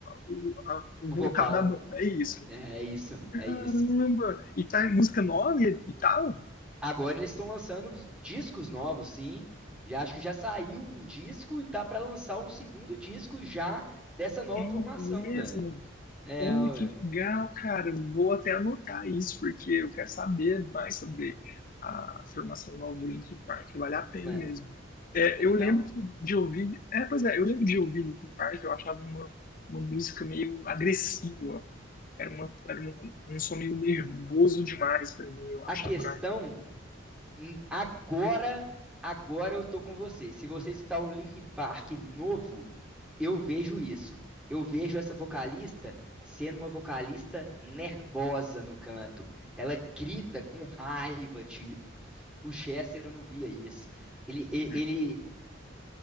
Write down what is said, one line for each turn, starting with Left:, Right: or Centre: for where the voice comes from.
Left: o, a- o
Centre: O
Left: vocal
Centre: vocal
Left: da banda. É isso.
Centre: é é isso,
Left: Caramba!
Centre: é isso.
Left: E tá em música nova e, e tal?
Centre: Agora eles estão lançando discos novos, sim. Já acho que já saiu um disco e tá pra lançar o segundo disco já dessa nova
Left: É
Centre: formação,
Left: mesmo?
Centre: velho. É,
Left: Olha
Centre: ué.
Left: que legal, cara. Vou até anotar isso, porque eu quero saber mais sobre a formação nova do Linkin Park. Vale a pena
Centre: é,
Left: mesmo. É,
Centre: é legal.
Left: eu lembro que de ouvir. É, pois é, eu lembro de ouvir Linkin Park, eu achava uma, uma música meio agressiva. Era, uma, era um, um som meio nervoso demais pra mim, eu achava,
Centre: A questão Hum, Agora, agora eu tô com você. Se você está o Linkin Park novo, eu vejo isso. Eu vejo essa vocalista sendo uma vocalista nervosa no canto. Ela grita com raiva, tipo. O Chester eu não via isso. Ele, e-
Left: né?
Centre: ele,